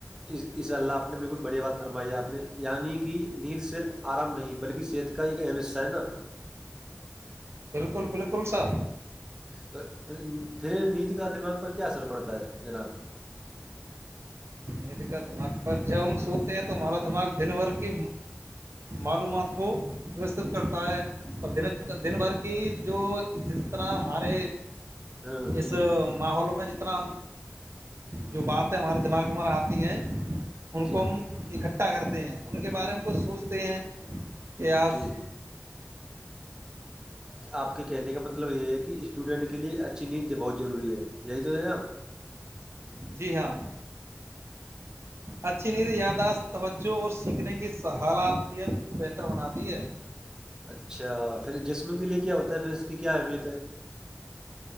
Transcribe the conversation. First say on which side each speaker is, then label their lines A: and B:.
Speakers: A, on the right (about 15°); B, on the right (about 70°).
A: اسضء اللہ آپ نے بالکل بڑھیا بات فرمائی ہے آپ نے یعنی کہ نیند صرف آرام نہیں بلکہ صحت کا ایک اہم حصہ ہے نا
B: بالکل بالکل سر
A: تو پھر پھر نیچ کا دماغ پر کیا اثر پڑتا ہے جناب
B: ند کا دماغ پر جب ہم سوتے ہیں تو ہمارا دماغ دن بھر کی معلومات کو وستت کرتا ہے اور د دن بھر کی جو جس طرح ہمارے
A: ہاں
B: اس
A: جی
B: ماحول میں جتنا ہم جو بات ہے ہمارے دماغ میں ہم آتے ہیں ان
A: جی
B: کو ہم اکٹھا کرتے ہیں ان کے بارے میں ک سوچتے ہیں کہ آج
A: جی کہ آپ کے کہنے کا مطلب یہ ہے کہ اسٹوڈنٹ کے لیے اچھی نیز بہت ضروری ہے یہی تو ہے نا آپ
B: جی ہاں اچھی ند یاداشت توجہ اور سیکھنے کی صحلاحیت کو بہتر بناتی ہے
A: اچھا پھر جسم کے لیے کیا ہوتا ہے پھر اس کی کیا اہمیت ہے